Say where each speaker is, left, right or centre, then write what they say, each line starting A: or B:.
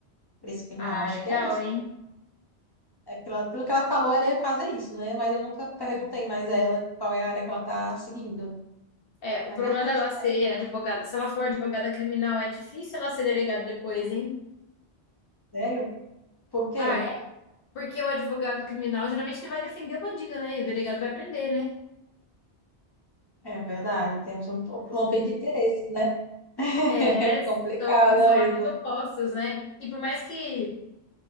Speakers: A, on the left (about 25°); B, on the left (about 65°).
A: Preço criminal,
B: Ah,
A: acho
B: legal,
A: que é isso.
B: hein?
A: É pela, pelo que ela falou, era fazer isso, né? Mas eu nunca perguntei
B: É,
A: mais a ela qual é a área que ela tá seguindo.
B: é, o
A: Mas
B: problema
A: acho que
B: dela
A: deve ser
B: ser
A: essa,
B: advogada, se ela for advogada criminal, é difícil ela ser delegada depois, hein?
A: sério? Por quê?
B: Ah, é? Porque o advogado criminal, geralmente ele vai defender o bandido, né? E o delegado vai prender, né?
A: É verdade, temos um um conflito de interesses, né? <laughs>
B: É,
A: É complicado
B: são, são
A: mesmo.
B: áreas opostas, né? E por mais que